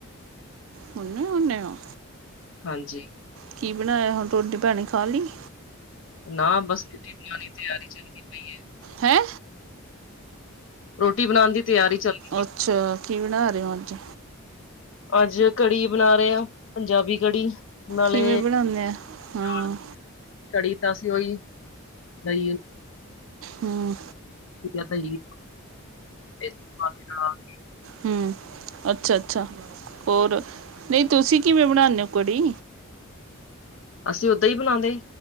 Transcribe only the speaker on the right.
ਪੂਨੇ ਹੁਨੇ ਓ।
ਕੀ ਬਣਾਇਆ ਹੁਣ ਰੋਟੀ ਪਾਣੀ ਖਾ ਲਈ।
ਹੈਂ।
ਅੱਛਾ, ਕੀ ਬਣਾ ਰਹੇ ਹੋ ਅੱਜ?
ਕਿਵੇਂ ਬਣਾਉਂਦੇ ਆ ਹਾਂ
ਹਮ।
ਹਮ ਅੱਛਾ ਅੱਛਾ ਹੋਰ, ਨਹੀਂ ਤੁਸੀਂ ਕਿਵੇਂ ਬਣਾਂਨੇ ਹੋ ਕੜੀ।